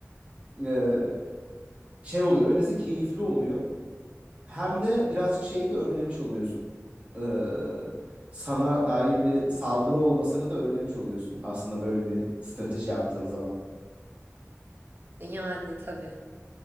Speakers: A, on the right; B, on the right.
A: e, şey oluyor. Öylesi keyifli oluyor. Hem de birazcık şeyi de önlemiş oluyorsun. E, sana dair bir saldırı olmasını da önlemiş oluyorsun aslında böyle bir strateji yaptığın zaman.
B: E Yani tabii.